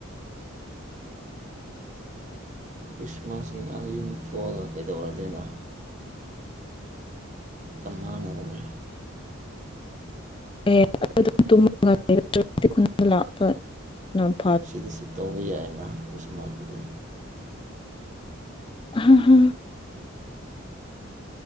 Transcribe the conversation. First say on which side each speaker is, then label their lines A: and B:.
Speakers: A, on the right (about 35°); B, on the left (about 25°).
A: ꯈ꯭ꯔꯤꯁꯃꯥꯁꯁꯤꯡ ꯌꯨꯝ ꯊꯣꯛꯑꯒ ꯀꯩꯗꯧꯔꯗꯣꯏꯅꯣ ꯇꯃꯅꯗꯅꯦ
B: <unintelligible>
A: ꯁꯤꯒꯤꯁꯤ ꯇꯧꯕ ꯌꯥꯏꯅ ꯈ꯭ꯔꯤꯁꯃꯥꯁꯇꯗꯤ
B: ꯑꯝ ꯍꯝ